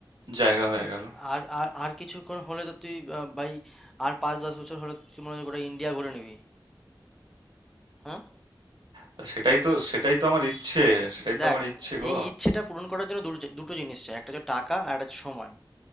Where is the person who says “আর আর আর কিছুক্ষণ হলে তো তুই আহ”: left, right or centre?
Centre